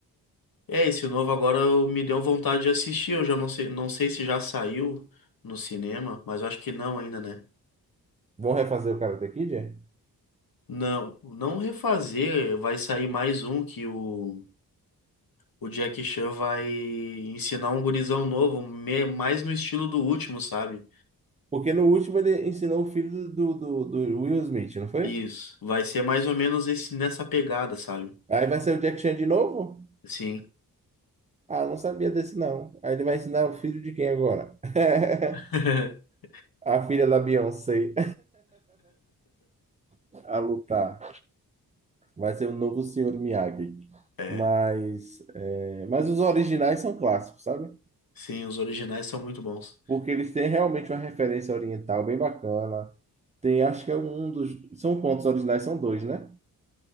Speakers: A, on the left; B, on the right.
A: É, esse novo agora eu- me deu vontade de assistir. Eu já não sei, não sei se já saiu no cinema, mas eu acho que não ainda, né?
B: Vão refazer o Karate Kid? é?
A: Não, não refazer, vai sair mais um que o, o Jack Chan vai ensinar um gurizão novo, me- mais no estilo do último, sabe?
B: Porque no último ele ensinou o filho do, do, do Will Smith, não foi?
A: Isso, vai ser mais ou menos esse nessa pegada, sabe?
B: Aí vai ser o Jack Chan de novo?
A: Sim.
B: Ah, não sabia desse não. Aí ele vai ensinar o filho de quem agora? <laughs>
A: <laughs>
B: A filha da Beyoncé <laughs> a lutar. Vai ser o novo Senhor Miyagi.
A: É,
B: Mas, é, mas os originais são clássicos, sabe?
A: sim, os originais são muito bons.
B: Porque eles têm realmente uma referência oriental bem bacana. Tem, acho que é um dos. São quantos originais? São dois, né?